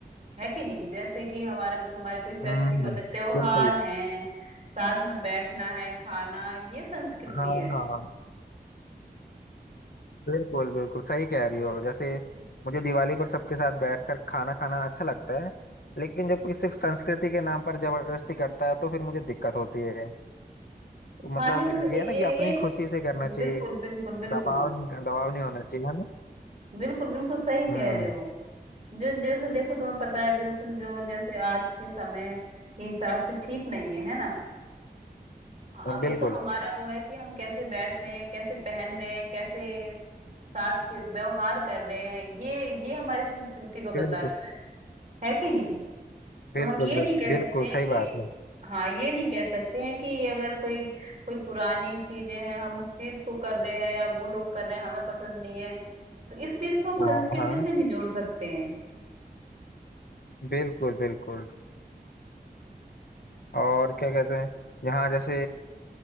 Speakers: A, on the right; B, on the left.
A: है कि नहीं जैसे कि हमारा हमारे कोई फेस्टिवल
B: हम्म हम्म,
A: है त्योहार
B: बिल्कुल
A: है साथ में बैठना है खाना ये संस्कृति
B: हाँ
A: है
B: हाँ बिल्कुल बिल्कुल सही कह रही हो जैसे मुझे दिवाली पर सबके साथ बैठकर खाना खाना अच्छा लगता है लेकिन जब कोई सिर्फ संस्कृति के नाम पर जबरदस्ती करता है तो फिर मुझे दिक्कत होती है तो
A: हाँ
B: मतलब
A: लेकिन ए,
B: ये
A: ए,
B: है ना कि अपनी
A: एक
B: खुशी से करना
A: बिल्कुल
B: चाहिए
A: बिल्कुल बिल्कुल
B: दबाव नहीं दबाव नहीं होना चाहिए है ना
A: बिल्कुल बिल्कुल सही कह
B: हम्म
A: रहे हो जो जैसे देखो तुम्हें पता है बिल्कुल जो जैसे आज के समय के हिसाब से ठीक नहीं है है ना हाँ,
B: हाँ, बिल्कुल
A: ये तो हमारा वो है कि हम कैसे बैठ रहे हैं कैसे पहन रहे हैं कैसे साथ के व्यवहार कर रहे हैं ये ये हमारी संस्कृति को बताता
B: बिल्कुल
A: है है कि नहीं
B: बिल्कुल
A: तो हम ये
B: बिल्कुल
A: नहीं कह सकते
B: बिल्कुल
A: हैं
B: सही
A: कि
B: बात है
A: हाँ ये नहीं कह सकते हैं कि अगर कोई कोई पुरानी चीजें हैं हम उस चीज को कर रहे हैं या वो लोग कर रहे हैं हमें पसंद नहीं है तो इस चीज को हम संस्कृति
B: हाँ हाँ
A: से नहीं जोड़ सकते हैं
B: बिल्कुल बिल्कुल और क्या कहते हैं यहाँ जैसे